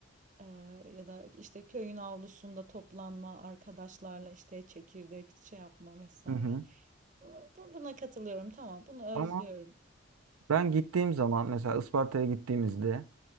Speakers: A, on the right; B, on the right.
A: Eee, ya da işte köyün avlusunda toplanma arkadaşlarla işte çekirdek şey yapma vesaire.
B: Hı hı.
A: Bu- Buna katılıyorum tamam bunu
B: Ama
A: özlüyorum.
B: Ben gittiğim zaman mesela Isparta'ya gittiğimizde